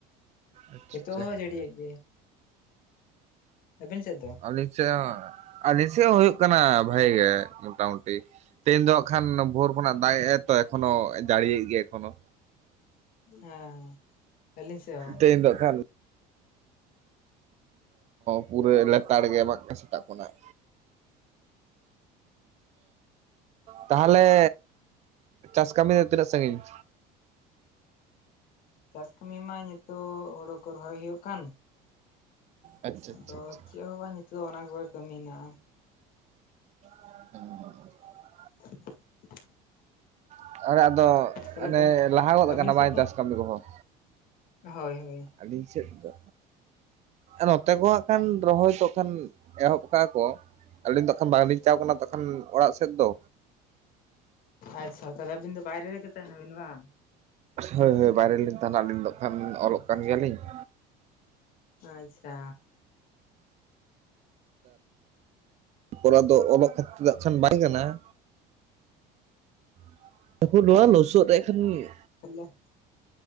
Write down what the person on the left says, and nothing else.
ᱱᱤᱛᱚᱜ ᱦᱚᱸ
ᱡᱟᱹᱲᱤᱭᱮᱫ ᱜᱮᱭᱟᱭ᱾ ᱟᱹᱵᱤᱱ ᱥᱮᱫ ᱫᱚ?
ᱦᱮᱸ ᱦᱮᱸ᱾ ᱟᱹᱞᱤᱧ ᱥᱮᱫ ᱦᱚᱸ
ᱪᱟᱥ ᱠᱟᱹᱢᱤ ᱢᱟ ᱱᱤᱛᱚᱜ ᱦᱳᱲᱳ ᱠᱚ ᱨᱚᱦᱚᱭ ᱦᱩᱭᱩᱜ ᱠᱟᱱ᱾
ᱟᱫᱚ
ᱪᱮᱫ ᱦᱚᱸ ᱵᱟᱝ ᱱᱤᱛᱚᱜ ᱚᱱᱟ ᱠᱚᱜᱮ ᱠᱟᱹᱢᱤ ᱦᱮᱱᱟᱜ-ᱟ᱾
<inaudible>
ᱛᱟᱦᱚᱞᱮ
ᱜᱚᱝᱠᱮ
ᱟᱹᱵᱤᱱ
ᱥᱮᱫ ᱫᱚ
ᱦᱳᱭ ᱦᱳᱭ᱾
ᱟᱪᱪᱷᱟ ᱛᱟᱦᱚᱞᱮᱵᱤᱱ ᱫᱚ ᱵᱟᱭᱨᱮ ᱨᱮᱜᱮ ᱛᱟᱦᱮᱱᱟ ᱵᱤᱱ ᱵᱟᱝ?
ᱟᱪᱪᱷᱟ᱾
ᱛᱟᱞᱮ?